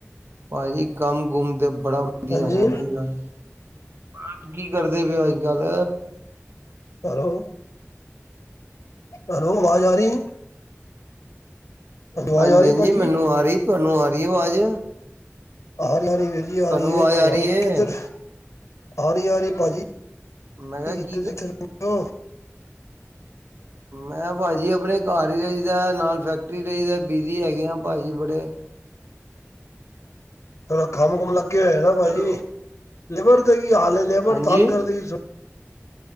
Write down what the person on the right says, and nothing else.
ਭਾਜੀ, ਕੰਮ ਕੁੁੰਮ ਤੇ ਬੜਾ ਵਦੀਆ
ਹੈਗਾ <unintelligible> ਆਪ ਕੀ ਕਰਦੇ ਪਏਓ ਅੱਜ-ਕੱਲ?
ਹਾਂਜੀ-ਹਾਂਜੀ
ਮੈਨੂੰ ਆ ਰੀ, ਤੁਆ ਨੂੰ ਆ ਰੀਏ ਆਵਾਜ?
ਆਵਾਜ਼ ਆ ਰਹੀ ਹੈ
ਮੈਂ
ਕਿਹਾ ਕੀ ਮੈਂ ਭਾਜੀ ਅਪਨੇ ਘਰ ਈ ਰਈਦੈ ਨਾਲ ਫੈਕਟਰੀ ਰਈਦੈ, ਬੀਜੀ ਹੈਗੇ ਆ ਭਾਜੀ ਬੜੇ।
ਹੈਲੋ
ਹਾਂਜੀ